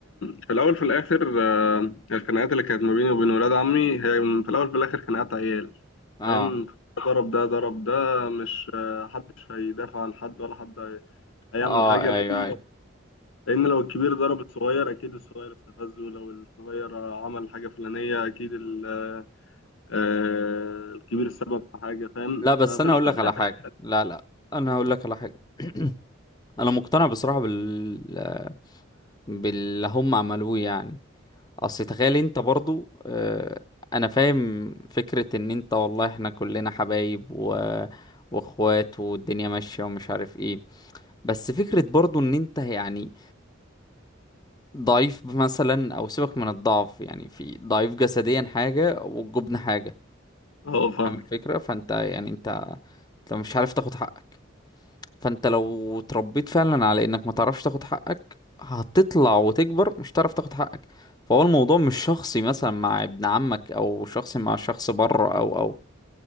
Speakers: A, on the left; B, on the left.
A: في الأول في الآخر آه، الخناقات اللي كانت ما بيني وبين ولاد عمي هي في الأول في الآخر خناقات عيال
B: اه
A: فاهم ضرب ده ضرب ده مش آه، محدش هيدافع عن حد ولا حد هيعمل
B: اه
A: حاجة
B: ايوه
A: لأن
B: ايوه
A: لأن لو الكبير ضرب الصغير أكيد الصغير استفزه ولو الصغير عمل حاجة فلانية أكيد ال- آه، الكبير سبب في حاجة فاهم
B: لا بس
A: ففي
B: انا
A: الأول
B: هقول لك
A: وفي
B: على
A: الآخر-
B: حاجه لا لا انا هقول لك على حاجه <clears throat> انا مقتنع بصراحه بال باللي هم عملوه يعني اصل تخيل انت برضو آه، انا فاهم فكره ان انت والله احنا كلنا حبايب و... واخوات والدنيا ماشيه ومش عارف ايه بس فكره برضو ان انت يعني ضعيف مثلا او سيبك من الضعف يعني في ضعيف جسديا حاجه والجبن حاجه
A: اه فاهم
B: فاهم الفكره فانت يعني انت انت مش عارف تاخد حقك فانت لو اتربيت فعلا على انك ما تعرفش تاخد حقك هتطلع وتكبر مش هتعرف تاخد حقك فهو الموضوع مش شخصي مثلا مع ابن عمك او شخصي مع شخص بره او او